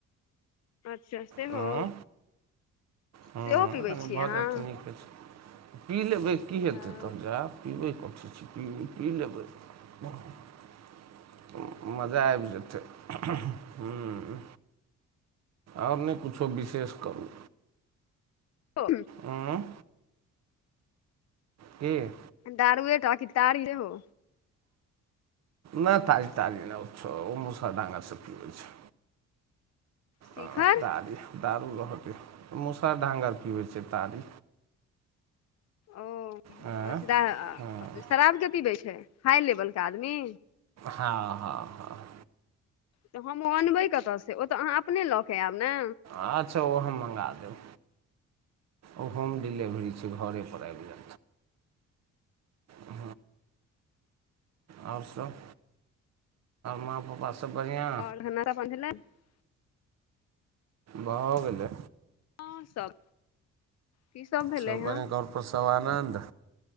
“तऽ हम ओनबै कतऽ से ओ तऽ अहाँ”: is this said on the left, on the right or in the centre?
Left